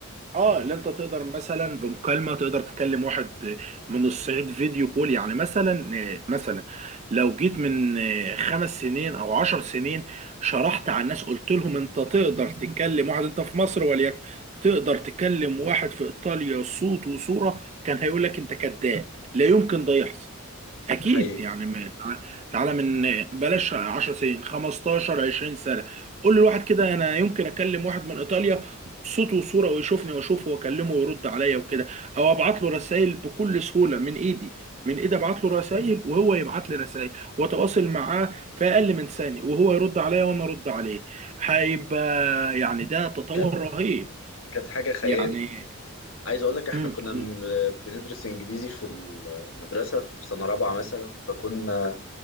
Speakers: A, on the right; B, on the left.
A: اه اللي انت تقدر مثلا بمكالمه تقدر تكلم واحد من الصعيد فيديو كول يعني مثلا مثلا لو جيت من خمس سنين او عشر سنين شرحت على الناس قلت لهم انت تقدر تكلم واحد انت في مصر وليكن تقدر تكلم واحد في ايطاليا صوت وصوره كان هيقول لك انت كذاب لا يمكن ده يحصل اكيد
B: ده حقيقي
A: يعني ما- تع- تعالى من بلاش 10 سنين 15 20 سنه قول لواحد كده انا يمكن اكلم واحد من ايطاليا صوت وصوره ويشوفني واشوفه واكلمه ويرد عليا وكده او ابعت له رسائل بكل سهوله من ايدي من ايدي ابعت له رسائل وهو يبعت لي رسائل واتواصل معاه في اقل من ثانيه وهو يرد عليا وانا ارد عليه هيبقى يعني ده تطور
B: كانت
A: رهيب
B: كانت حاجه خيال
A: يعني
B: عايز اقول لك احنا
A: امم
B: كنا م- بندرس انجليزي في المدرسه في سنه رابعه مثلا فكنا